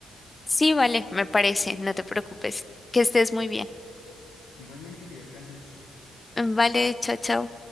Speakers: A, on the left; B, on the left.
A: Sí, vale, me parece, no te preocupes. Que estés muy bien.
B: Igualmente, que descanses.
A: Vale, chao, chao.